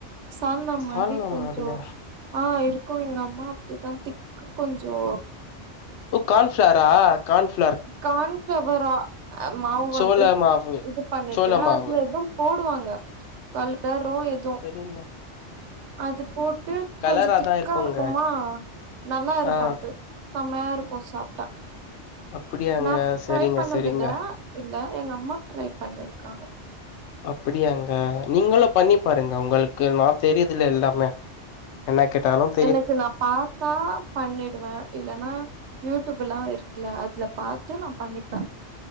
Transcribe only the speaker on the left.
சால்னா
மாரியா
ஓ கார்ன்ஃப்ளவாரா கான் ஃப்
சோள
மாவு
சோள மாவு
<inaudible>
கலராதா
இருக்குங்க
ஆ
அப்படியாங்க
சரிங்க
சரிங்க
அப்பிடியாங்க நீங்களும் பண்ணி பாருங்க உங்களுக்கு நா தெரியுதல எல்லாமே என்ன கேட்டாலும்